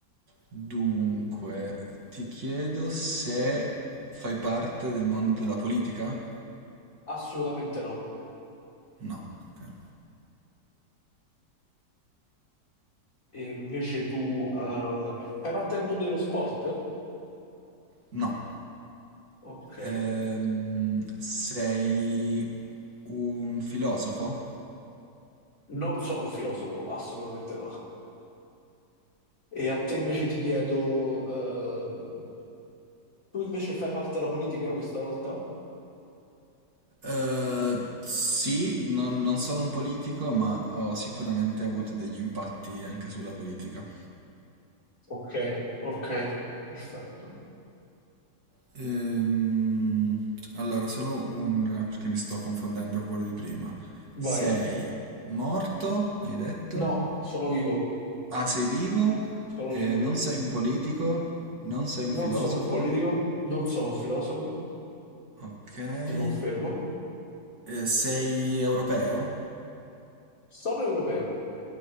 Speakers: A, on the right; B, on the left.
A: dunque, ti chiedo se fai parte del mondo della politica?
B: Assolutamente no.
A: No, ok.
B: E invece tu eh, fai parte del mondo dello sport?
A: No.
B: Ok.
A: Ehm, sei un filosofo?
B: Non sono un filosofo, assolutamente no. E a te invece ti chiedo, ehm, tu invece fai parte della politica questa volta?
A: Eh, sì, non, non sono un politico, ma ho sicuramente avuto degli impatti anche sulla politica.
B: Ok, ok, perfetto.
A: Ehm, allora, solo un... perché mi sto confondendo con quello di prima.
B: Vai.
A: Sei morto, mi hai detto?
B: No, sono vivo,
A: Ah, sei vivo?
B: sono
A: Eh,
B: vivo.
A: non sei un politico? Non sei un
B: Non
A: filosofo?
B: sono un politico, non sono un filosofo,
A: Ok. Eh,
B: ti confermo.
A: sei europeo?
B: Sono europeo.